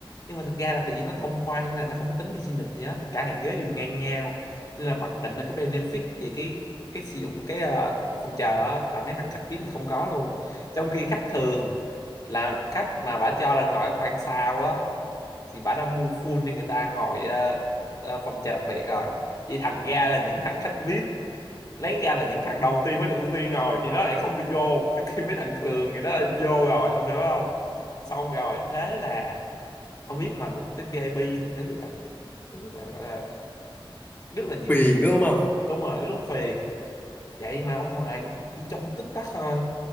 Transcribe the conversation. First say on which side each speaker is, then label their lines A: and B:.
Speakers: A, on the left; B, on the left.
A: nhưng mà thực ra là tại vì nó thông khoan là nó không có tính business gì hết tất cả hàng ghế đều ngang nhau nên là mặc định là cái benefit về cái cái sử dụng cái ờ, phòng chờ á, là mấy thằng khách VIP không có luôn trong khi khách thường là khách mà bả cho là ngồi ở khoang sau á thì bả đã mua full cho người ta ngồi ờ, ờ, phòng chờ đặc biệt rồi vậy thành ra là những thằng khách VIP lấy ra là những thằng đầu tiên mới được ưu tiên rồi thì nó lại không được vô trong khi mấy thằng thường thì nó lại vô rồi ông hiểu không xong rồi thế là ông biết mà đụng tới VIP thì nó rất là nó rất là gọi là rất là nhiều
B: phiền
A: bức
B: đúng không
A: đúng rồi rất là phiền vậy mà ông Hoàng chỉ trong tích tắc thôi